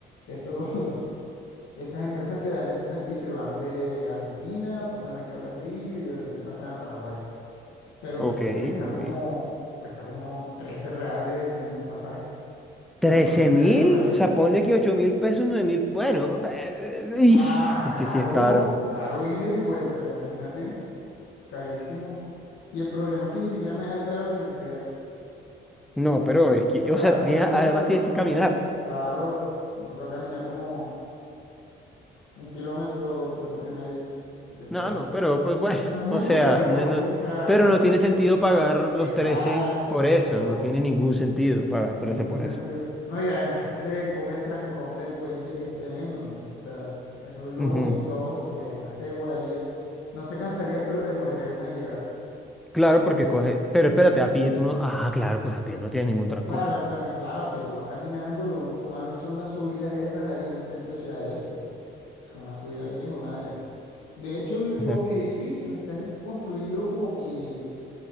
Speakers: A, on the left; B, in the centre.
A: eso, <laughs> esas empresas que dan ese servicio van de Argentina, pasan aquí a Brasil y de Brasil pasan a Paraguay. Pero
B: Ok,
A: que cuesta
B: muy
A: como,
B: bien.
A: cuesta como 13 reales el pasaje, como
B: Trece
A: ocho mil pesos,
B: mil,
A: nueve mil
B: o sea,
A: pesos.
B: ponle que ocho mil pesos, nueve mil, bueno, <laughs>
A: Ah,
B: es
A: caro,
B: que sí es caro.
A: caro ida y vuelta, imagínate. Carísimo. Y el problema es que ni siquiera me deja el pie a la universidad.
B: No, pero es que,
A: O sea,
B: o sea,
A: sí
B: te tienes-
A: me acerca,
B: además
A: pero
B: tienes
A: no
B: que
A: me
B: caminar.
A: deja el pie. Claro, me toca caminar como un kilómetro, kilómetro y medio después.
B: No, no, pero pues bueno,
A: No
B: <laughs>
A: es mucho,
B: o sea,
A: pero igual,
B: no, no-
A: o sea,
B: pero
A: no.
B: no tiene sentido pagar
A: Exacto,
B: los 13 por eso,
A: a eso voy.
B: no tiene ningún sentido pagar
A: No
B: 13
A: tiene ningún
B: por
A: sentido.
B: eso.
A: No, y además que se come el trancón del puente, que es tremendo, ¿no? O sea, eso es lo
B: Ujú.
A: único, lo otro, que además te demorarías, no te cansarías, pero te demorarías más en llegar.
B: Claro,
A: Porque
B: porque
A: el-
B: coge, pero espérate, a pie tú no, ah, claro, pues a pie no tiene ningún trancón.
A: Claro, el tren, claro, que tú vas caminando, lo único malo son las subidas esas ahí en el centro de Ciudad del Este. que Son unas subidas bien hijo de madre. De hecho, los
B: Exacto.
A: edificios están construidos como que,